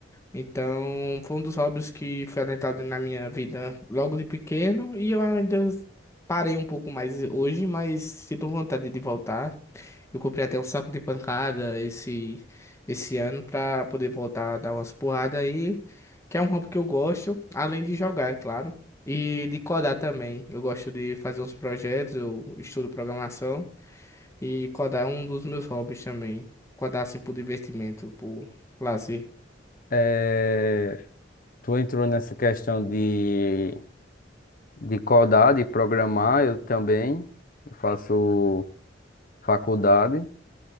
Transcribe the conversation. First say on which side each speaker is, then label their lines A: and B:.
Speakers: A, on the left (about 15°); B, on the left (about 50°).
A: Então, foi um dos hobbies que foi adentrado na minha vida logo de pequeno e eu ainda parei um pouco mais hoje, mas sinto vontade de voltar. Eu comprei até um saco de pancada esse, esse ano para poder voltar a dar umas porradas aí, que é um hobby que eu gosto, além de jogar, é claro, e de codar também. Eu gosto de fazer uns projetos, eu estudo programação e codar é um dos meus hobbies também. Codar assim por divertimento, por lazer.
B: É, tu entrou nessa questão de, de codar, de programar, eu também. Eu faço faculdade,